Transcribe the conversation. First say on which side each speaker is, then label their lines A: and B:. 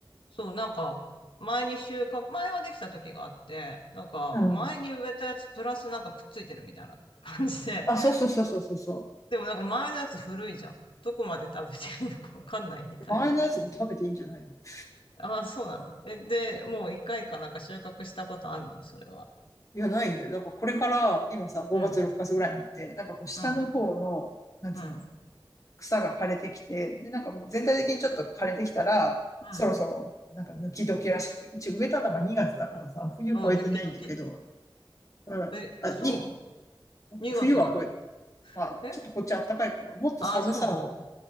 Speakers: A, on the left; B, on the left.
A: そう、なんか、前に収穫、前はできた時があって、なんか、
B: うん。
A: 前に植えたやつプラスなんかくっついてるみたいな <laughs> 感じで、
B: あ、そうそうそうそうそうそ
A: でもなんか前のやつ古いじゃん。どこまで食べていいのかわかんないみたいな。
B: う。周りのやつも食べていいんじゃないの <laughs>
A: ああ、そうなの。え、で、もう一回かなんか収穫したことあるのそれは。
B: いや、ないんだよ。だからこれから、今さ、5月6日ぐらいになって、
A: うん、
B: なんかこう、下の方の、
A: うん、
B: なんつうの、
A: うん、
B: 草が枯れてきて、で、なんかもう全体的にちょっと枯れてきたら、
A: うん。
B: そろそろ、なんか抜き時らしくて、うち植えたのが2月だからさ、冬越えてないんだけど、
A: あ、抜き時。
B: うん、
A: え、
B: あ、
A: あ、そう
B: に、
A: ?2
B: 冬はこう
A: 月なの
B: まあ、
A: え
B: ちょっとこっち暖かいから、もっと寒さを、
A: あ、そうなの